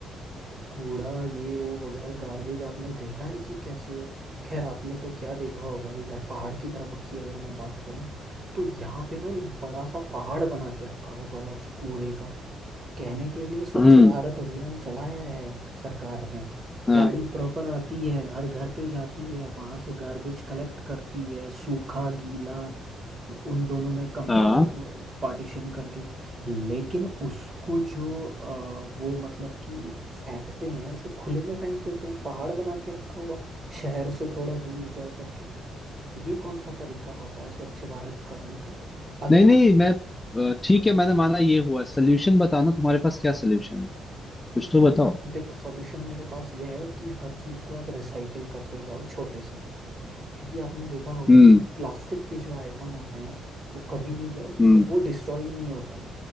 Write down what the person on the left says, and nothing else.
हम्म
हाँ
हाँ
नहीं
नहीं मैं अ, ठीक है मैंने माना ये हुआ सोल्यूशन बताना तुम्हारे पास क्या सोल्यूशन है कुछ तो बताओ
हम्म
हम्म